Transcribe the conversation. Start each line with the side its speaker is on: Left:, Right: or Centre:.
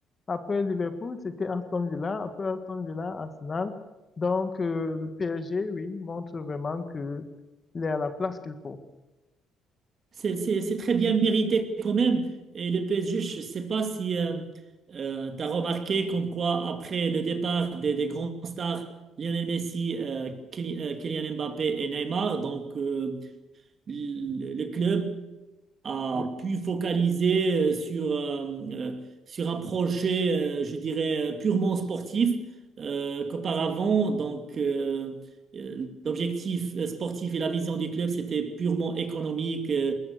Left: Après Liverpool, c'était Aston Villa. Après Aston Villa, Arsenal. Donc, euh, le PSG, oui, montre vraiment qu'il est à la place qu'il faut.
Right: C'est c'est- c'est très bien mérité quand même. Et le PSG, je ne sais pas si tu as remarqué comme quoi, après le départ des, des grands stars, Lionel Messi, euh, Kyli- euh, Kylian Mbappé et Neymar, donc euh, le le club a
Left: Oui,
Right: pu focaliser euh, sur, euh, euh, sur un projet, euh, je dirais, euh, purement sportif, euh, qu'auparavant, donc, euh, euh, l'objectif euh, sportif et la vision du club, c'était purement économique, euh,